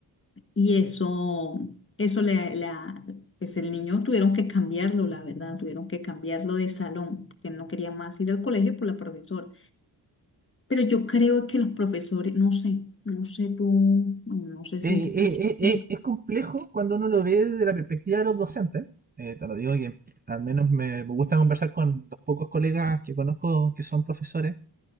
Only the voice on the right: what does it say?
Eh,
eh, eh, eh,
es complejo cuando uno lo ve desde la perspectiva de los docentes. Eh, te lo digo que al menos me gusta conversar con los pocos colegas que conozco que son profesores